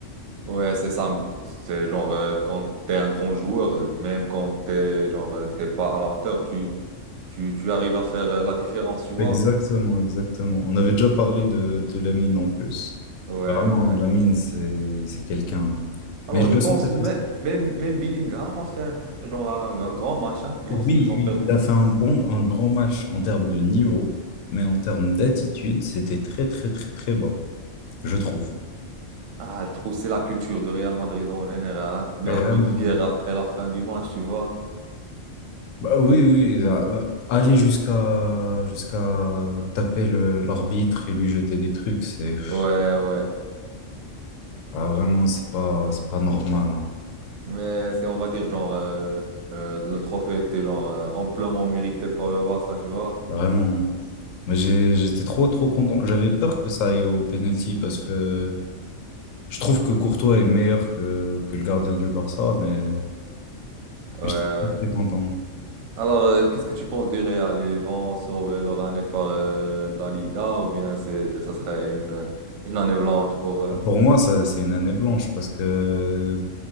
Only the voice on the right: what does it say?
Ouais, c'est ça. C'est genre, euh, quand t'es un grand joueur, même quand t'es, genre, euh, t'es pas à la hauteur, tu, tu, tu arrives à faire euh, la différence, tu vois?
Ouais,
ouais.
Alors,
je pense
mê- même, même Bellingham a fait un, genre un- un grand match, hein, même
s'ils ont
perdu.
Ah, je trouve que c'est la culture de Real Madrid en général. hein. Même
Rudiger après la fin du match, tu vois.
Ouais, ouais.
Mais c'est, on va dire, genre, euh, euh, le trophée était genre euh, amplement mérité par le Barça, tu vois.
Ouais, ouais.
Alors, euh, qu'est-ce que tu penses du Real? Ils vont sauver leur année par euh, la Liga ou bien c'est, ça serait une, une année blanche pour eux?